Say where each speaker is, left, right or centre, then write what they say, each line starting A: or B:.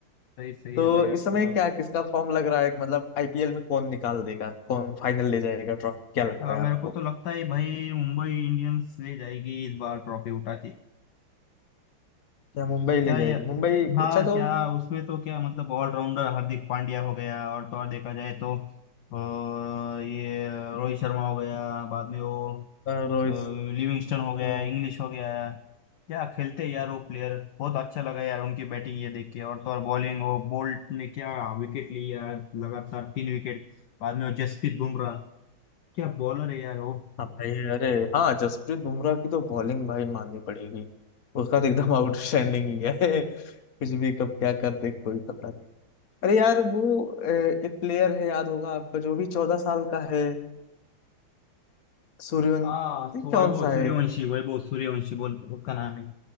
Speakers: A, on the left; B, on the left.
A: सही सही
B: तो
A: है भाई
B: इस
A: आपकी
B: समय
A: बात
B: क्या किसका फॉर्म लग रहा है मतलब आईपीएल में कौन निकाल देगा कौन फाइनल ले जाएगा ट्रॉफी क्या लगता
A: हाँ,
B: है
A: मेरे
B: आपको
A: को तो लगता है भाई मुंबई इंडियंस ले जाएगी इस बार ट्रॉफी उठा के
B: क्या मुंबई
A: क्या
B: ले
A: ये
B: जाएगी मुंबई
A: हाँ
B: अच्छा
A: क्या
B: तो
A: उसमें तो क्या मतलब ऑलराउंडर हार्दिक पांड्या हो गया और तो और देखा जाए तो अ, ये रोहित शर्मा हो गया बाद में वो
B: अ, रोहित
A: अ, लिविंगस्टन हो गया
B: हम्म,
A: इंग्लिश हो गया क्या खेलते यार वो प्लेयर बहुत अच्छा लगा यार उनकी बैटिंग ये देख के और तो और बॉलिंग वो बोल्ट ने क्या विकेट ली यार लगातार तीन विकेट बाद में वो जसप्रीत बुमराह क्या बॉलर है यार वो
B: हाँ भाई अरे हाँ जसप्रीत बुमराह की तो बॉलिंग भाई माननी पड़ेगी उसका तो एकदम आउटस्टैंडिंग ही है <laughs> कुछ भी कब क्या कर दे कोई पता नहीं अरे यार वो अ, एक प्लेयर है याद होगा आपका जो भी चौदह साल का है सूर्यवंशी
A: हाँ सो
B: कौन
A: वैभव
B: सा
A: सूर्यवंशी
B: है
A: वैभव सूर्यवंशी बोल उसका नाम है